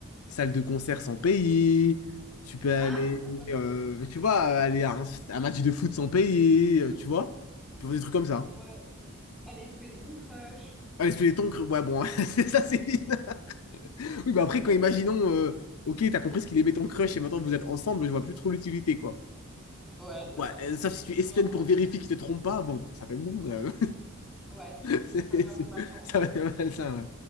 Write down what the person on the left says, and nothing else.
salles de concert sans payer, tu peux aller,
euh, tu vois, aller à un, un match de foot sans payer, euh, tu vois, tu peux faire des trucs comme ça.
Ah, les squelettons, cru- ouais, bon, <laughs> c'est ça, c'est bizarre. Oui, bah après, quand
imaginons, euh, ok, t'as compris ce qu'il est béton crush et maintenant vous êtes ensemble, je vois plus trop l'utilité, quoi.
Ouais,
euh, sauf si tu espènes
pour vérifier qu'il te trompe pas, bon, ça fait beaucoup, quand même.
<laughs> C'est-
c'est-
Ça fait mal, ça, ouais.